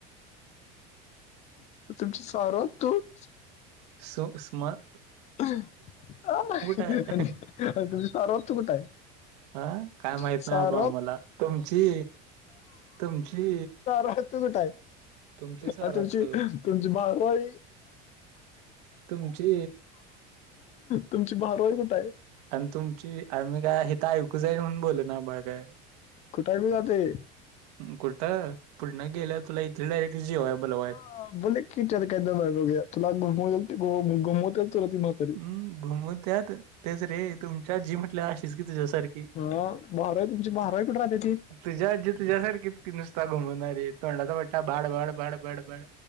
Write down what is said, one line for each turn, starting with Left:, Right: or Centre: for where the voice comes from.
Left: तुमच सारं <unintelligible>
Right: सो स्मा
Left: ह नाही
Right: आहे
Left: तुझ <unintelligible> कुठ आहे?
Right: हा काय
Left: <unintelligible>
Right: माहित
Left: चार
Right: नाही बाबा आम्हाला तुमची तुमची
Left: आहे तुझं काय?
Right: तुमची सारात
Left: आण तुमची तुमची बारावी
Right: तुमची
Left: तुमची बारावी कुठं आहे?
Right: आणि तुमची आ मही काय हिता ऐकू जाईल म्हणून बोलल ना ब काय.
Left: कुठ बी जातंय
Right: कुठं पुन्हा गेल्या तुला इथे डायरेक्ट जेवाय बला
Left: <unintelligible>
Right: हम घुमत्यात तेच रे तुमच्या जी म्हटल्या अशीच की तुझ्यासारखी.
Left: <unintelligible> अय तुमची भाराई कुठ राहती ती?
Right: तुझी आज्जी तुझ्या सारखीच की नुस्ता घुमवणारी तोंडाचा पट्टा बाड बाड बाड बाड बड.